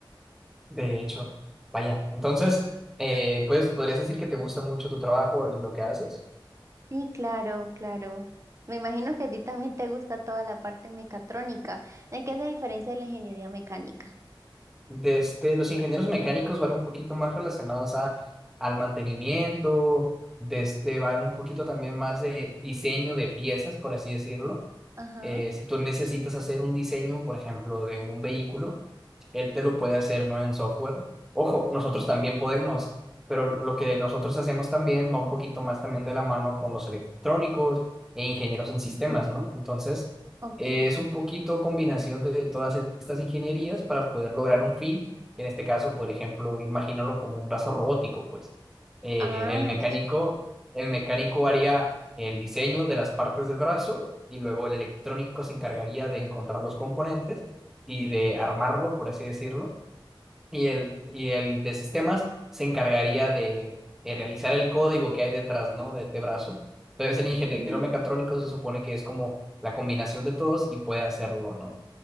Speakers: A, in the centre; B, on the right.
A: De hecho, vaya. Entonces, eh, pues, podrías decir que te gusta mucho tu trabajo y lo que haces.
B: Sí, claro, claro. Me imagino que a ti también te gusta toda la parte mecatrónica. ¿En qué se diferencia de la ingeniería mecánica?
A: de este, los ingenieros mecánicos van un poquito más relacionados a, al mantenimiento, de este, van un poquito también más de diseño de piezas, por así decirlo
B: Ajá.
A: eh, si tú necesitas hacer un diseño, por ejemplo, de un vehículo, él te lo puede hacer, ¿no? En software. Ojo, nosotros
B: Sí.
A: también podemos, pero lo que nosotros hacemos también va un poquito más también de la mano con los electrónicos e ingenieros en sistemas,
B: Ujú,
A: ¿no? Entonces,
B: Ok.
A: eh, es un poquito combinación de todas estas ingenierías para poder lograr un fin. En este caso, por ejemplo, imagínalo como un brazo robótico, pues. Eh,
B: Ah,
A: el mecánico, el mecánico haría el diseño de las partes del brazo y luego el electrónico se encargaría de encontrar los componentes y de armarlo, por así decirlo, y el, y el de sistemas se encargaría de, eh, realizar el código que hay detrás, ¿no? de este brazo. Entonces el ingeniero
B: ok.
A: mecatrónico se supone que es como la combinación de todos y puede hacerlo, ¿no?